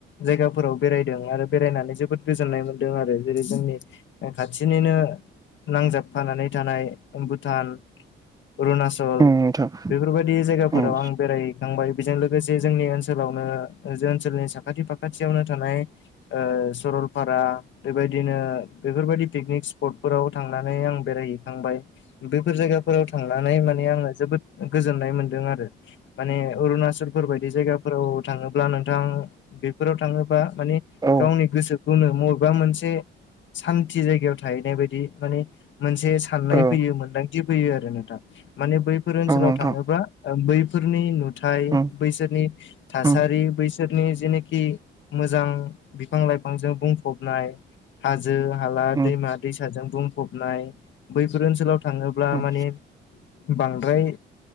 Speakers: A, on the left (about 70°); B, on the right (about 20°).
A: जायगाफोराव बेरायदों आरो बेरायनानै जोबोद गोजोन्नाय मोन्दों आरो जेरै जोंनि खाथिनिनो नांजाबफानानै थानाय भुटान अरुणचल नल
B: उम नोंथां
A: बेफोरबायदि जायगाफोराव
B: उम
A: आं बेराय थांबाय बेजों लोगोसे जोंनि ओनसोलावनो जोंनि ओनसोलनि साखाथि फाखाथियावनो थानाय ओ सरलपारा बेबायदिनो बेफोर बायदि पिकनिक स्पटफोराव थांनानै आं बेरायहैखांबाय ओ बेफोर जायगा फोराव थांनानै माने आङो जोबोद गोजोन्नाय मोनदों आरो माने अरुणाचलफोर बायदि जायगा फोराव थाङोबा नोंथां बेफोराव थाङोबा माने
B: औ
A: गावनि गोसोखौनो मबेबा मोनसे सान्थि जायगायाव थाहैनाय बायदि माने मोनसे साननाय
B: औ
A: फैयो मोन्दांथि फैयो आरो नोंथां माने बैफोर ओनसोलाव
B: औ नोंथां
A: थाङोब्ला ओ बैफोरनि नुथाय
B: उम
A: बैसोरनि थासारि
B: उम
A: बै बिसोरनि जेनोखि मोजां बिफां-लाइफांजों बुंफबनाय हाजो-हाला
B: उम
A: दैमा-दैसाजों बुंफबनाय बैफोर ओनसोलाव था थाङोब्ला
B: उम
A: माने बांद्राय